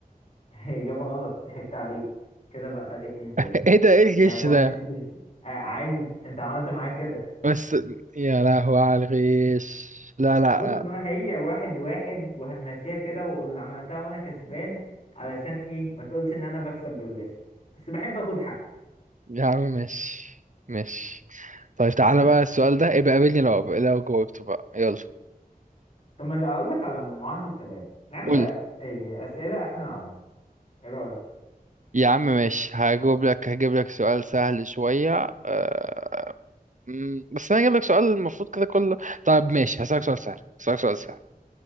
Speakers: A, on the left; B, on the right.
A: <laughs> اجابة غلط ضحكت عليك كده بقى فرق اتنين تاني
B: <laughs> ايه ده ايه الغش
A: هي بوينس
B: ده
A: ايرس آه عادي انت عملت معايا كده
B: بس يا لهوي على الغش لا لا
A: بص
B: لا
A: بقى هي واحد واحد وهنمشيها كده واللي عملتها وانا كسبان علشان ايه ما تقولش ان انا بكسب بالغش بس بحب اخد حق
B: يا عم مش مش طيب تعالى
A: <laughs>
B: بقى السؤال ده ابقى قابلني لو لو جاوبته بقى يلا
A: طب ما اقول لك على معاهدة سلام نعمل
B: قول
A: أ- إيه اسئلة احنا نعرف ايه رأيك
B: يا عم ماشي هجاوب لك هجيب لك سؤال سهل شوية أه... مم، بس انا هجيب لك سؤال المفروض كده كله طيب ماشي هسألك سؤال سهل هسألك سؤال سهل